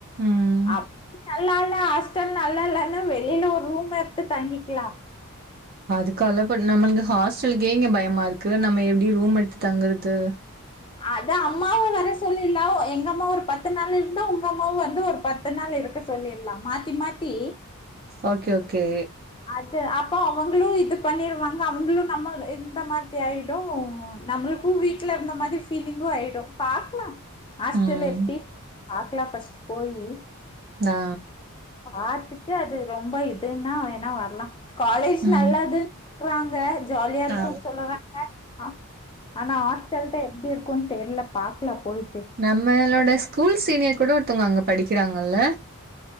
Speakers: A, on the right; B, on the left.
A: ம்
B: அப் நல்லா இல்ல ஹாஸ் ஹாஸ்டல் நல்லா இல்லன்னா வெளியில ஒரு ரூம் எடுத்து தங்கிக்கலாம்
A: அதுக்கல்ல நம்மளுக்கு ஹாஸ்டலுக்கே இங்க பயமா இருக்கு நம்ம எப்டி ரூம் எடுத்து தங்குறது
B: அது அம்மாவு வர சொல்லிருலாவு எங்க அம்மா ஒரு பத்து நாள் இருந்தா உங்க அம்மாவு வந்து ஒரு பத் பத்து நாள் இருக்க சொல்லியற்லா மாத்தி மாத்தி
A: ஓகே ஓகே
B: அது அப்போ அவங்களு இது பண்ணிருவாங்க அவங்களு நம்ம இருந்த மாரி ஆயிடும் நம்ளு கும் வீட்ல இருந்த மாரி ஃபிலிங்கு ஆயிடு பாக்கலா ஹாஸ்டேல்ல
A: ம்
B: எப்டி பாக்கலா ஃபஸ்ட் போயி
A: ஆ ஆ
B: பாத்துட்டு அது ரொம்ப இதுனா வேணா வரலா காலேஜ்
A: ம்
B: நல்லது இருக்குறாங்க ஜாலியா இருக்குன்னு
A: ஆ
B: சொல்லறாங்க ஆ ஆனா ஹாஸ்டல் தா எப்டி இருக்குன்னு தெர்ல பாக்கலா போய்ட்டு
A: நம்மளோட ஸ்கூல் சீனியர் கூட ஒருத்தவங்க அங்க படிக்கிறாங்கல்ல